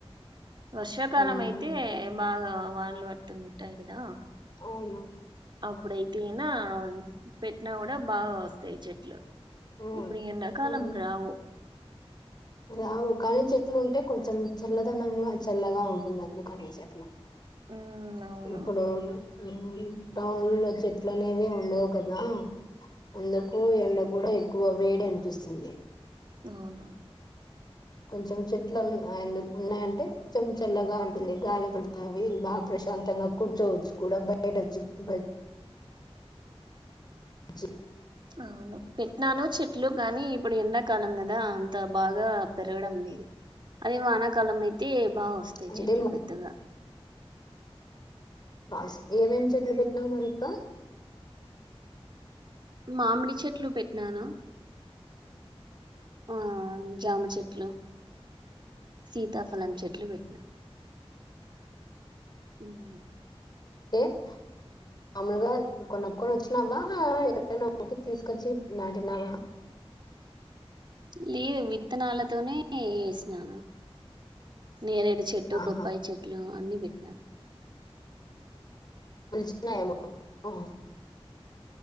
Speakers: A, on the right; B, on the left.
A: వర్షాకాలం
B: ఉమ్
A: అయితే బాగా వానలు పడుతుంటాయి కదా
B: అవునా
A: అప్పుడైతే నా పెట్టినా కూడా బాగా వస్తాయి చెట్లు
B: ఉమ్
A: ఇప్పుడు ఎండా కాలం
B: ఉమ్.
A: రావు
B: రావు కాని చెట్లు ఉంటే కొంచెం చల్లదనంగా చల్లగా ఉంటుంది అందుకు అనేసి అట్లా
A: మ్మ్ అవును
B: ఇంకొన్ని రోజులు మళ్ళీ టౌన్లో చెట్లు అనేవి ఉండవు కదా అందుకు ఎండక్ కూడా ఎక్కువ వేడి అనిపిస్తుంది
A: అవును
B: కొంచెం చెట్లు ఆ యందుకు ఉన్నాయంటే కొంచెం చల్లగా ఉంటుంది గాలి పెడతావి బా ప్రశం శాంతంగా కూర్చోవచ్చు కూడా బయటోచ్చి చె
A: అవును పెట్టినాను చెట్లు కానీ ఇప్పుడు ఎండాకాలం కదా అంత బాగా పెరగడం లేదు అదే వానాకాలం అయితే బాగా వస్తాయి
B: అంటే
A: చెట్లు పెద్దగా
B: కాస్ ఏమేం చెట్లు పెట్టినావు మరికా
A: మామిడి చెట్లు పెట్టినాను ఆ జామ చెట్లు సీతాఫలం చెట్లు బెట్నా ఉహ్
B: <inaudible> మామూలుగా కొనుక్కొని వచ్చినవా ఎక్కడైనా ఒకటి తీసుకొచ్చి నాటినావా
A: లేదు విత్తనాలతోనే వేసినా నేరేడు చెట్టు
B: ఆహా
A: బొప్పాయి చెట్లు అన్నీ పెట్టినా
B: <inaudible>